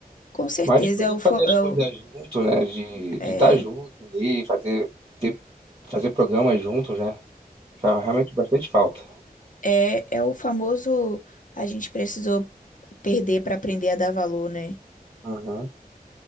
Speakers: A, on the left (about 55°); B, on the right (about 30°).
A: Com certeza
B: Mas de poder
A: é o, fa-
B: fazer as
A: é
B: coisas
A: o
B: junto, né? De
A: é,
B: de estar junto ali, fazer, ter, fazer programas juntos, né? Faz realmente bastante falta.
A: é, é o famoso a gente precisou perder pra aprender a dar valor, né?
B: Aham.